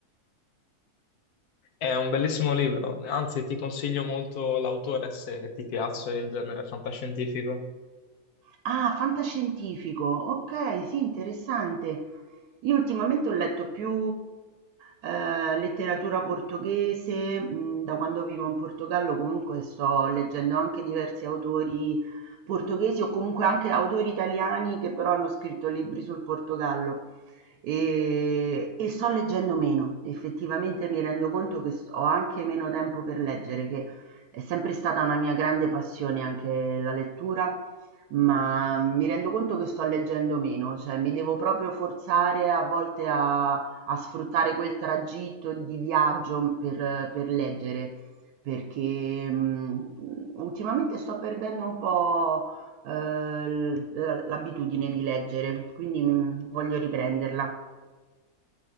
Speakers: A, on the left; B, on the right.
A: è un bellissimo libro, anzi ti consiglio molto l'autore se ti piace il genere fantascientifico.
B: Ah, fantascientifico, okay, sì, interessante. Io ultimamente ho letto più eh, letteratura portoghese, mh, da quando vivo in Portogallo comunque sto leggendo anche diversi autori portoghesi o comunque anche autori italiani che però hanno scritto libri sul Portogallo e, e sto leggendo meno, effettivamente mi rendo conto che st- ho anche meno tempo per leggere, che è sempre stata una mia grande passione anche la lettura ma mi rendo conto che sto leggendo meno, cioè mi devo proprio forzare a volte a, a sfruttare quel tragitto di viaggio per, per leggere, perché mh, ultimamente sto perdendo un po' eh, l- l'abitudine di leggere, quindi mh, voglio riprenderla.